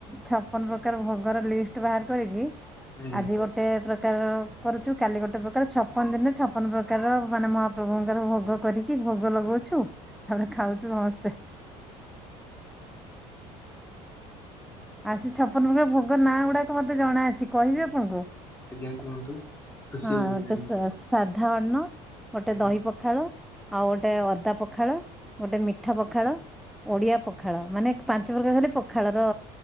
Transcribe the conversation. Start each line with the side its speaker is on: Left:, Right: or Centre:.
Centre: ଛପନ ପ୍ରକାର ଭୋଗର ଲିଷ୍ଟ ବାହାର କରିକି
Left: ଆଜ୍ଞା
Centre: ଆଜି ଗୋ ଗୋଟେ ପ୍ରକାର କରୁଚୁ କାଲି ଗୋଟେ ପ୍ରକାର ଛପନ ଦିନ ଛପନ ପ୍ରକାର ମାନେ ମହାପ୍ରଭୁଙ୍କର ଭୋଗ କରି କି ଭୋଗ ଲଗାଉଛୁ ତାପରେ ଖାଉଛୁ ସମସ୍ତେ। ଆଉ ସେଛପନ ପ୍ରକାର ଭୋଗ ନାଁ ଗୁଡ଼ାକ ମତେ ଜଣା ଅଛି କହିବି ଆପଣଙ୍କୁ?
Left: ଆଜ୍ଞା, କୁହନ୍ତୁ? ଖୁସି
Centre: ହଁ,
Left: ହବୁ ଜାଣିକି
Centre: ତ ସା, ଶା ଅଧା ଅନ୍ନ ଗୋଟେ
Left: ଆଜ୍ଞା।
Centre: ଦହି ପଖାଳ ଆଉ ଗୋଟେ ଅଦା ପଖାଳ ଗୋଟେ ମିଠା ପଖାଳ ଓଡିଆ ପଖାଳ ମାନେ ପାଞ୍ଚ ପ୍ରକାର ଖାଲି ପଖାଳର